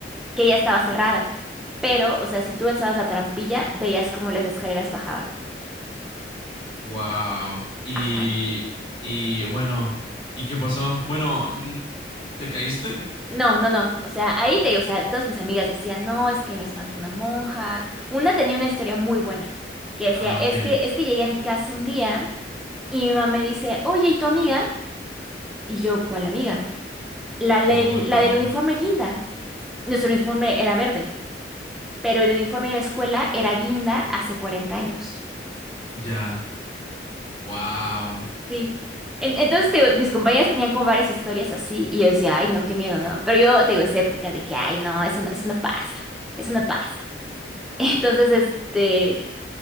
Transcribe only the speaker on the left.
Wow. Y,
y bueno, ¿y qué pasó? Bueno, mm, ¿te caíste?
Ah,
ok.
Oh,
no.
Ya. Wow.